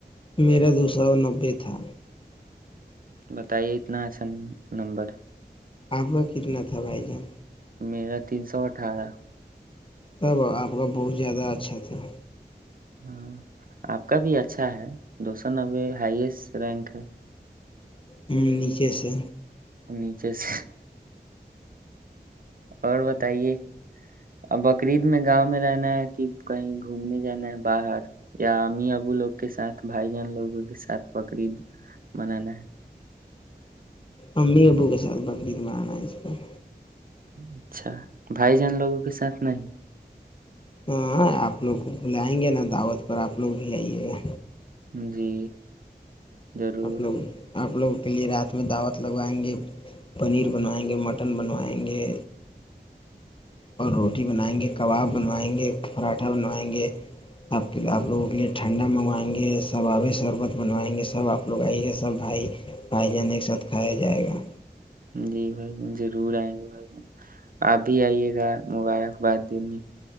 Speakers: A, on the left (about 30°); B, on the right (about 55°).
A: میرا دو سو نبے تھا
B: بتائیے اتنا اچھا نمبر ہے
A: آپا کا کتنا تھا بھائی جان
B: میرا تین سو اٹھارہ
A: تب آپ کا بہت زیادہ اچھا تھا
B: ہاں آپ کا بھی اچھا ہے دو سو نبے ہائیسٹ رینک ہے
A: ہوں نیچے سے
B: نیچے سے اور بتائیے بکری عید میں گاؤں میں رہنا ہے کہ کہیں گھومنے جانا ہے باہر یا ہم اب ابو لوگ کے ساتھ بھائی جان لوگوں کے ساتھ بقرید منانا ہے
A: امی ابو کے ساتھ بکری عید منانا ہے اس بار
B: اچھا بھائی جان لوگوں کے ساتھ نہیں
A: ہاں آپ لوگ کو بلائیں گے نا دعوت پر آپ لوگ بھی آئیے گا
B: جی ضرور
A: آپ لوگ آپ لوگ آپ کے لیے رات میں دعوت لگوائیں گے پنیر بنوائیں گے مٹن بنوائیں گے اور روٹی بنائیں گے کباب بنوائیں گے پراٹھا بنوائیں گے آپ کےے آپ لوگوں کے لیے ٹھنڈا منگوائیں گے ثبابے شربت بنوائیں گے سب آپ لگائی گ سب بھائی بھائی جان ایک ساتھ کھایا جائے گا
B: جی بھائی ج ضرور آئیں گے بھائی ج آپ بھی آئیے گا مبارکباد دی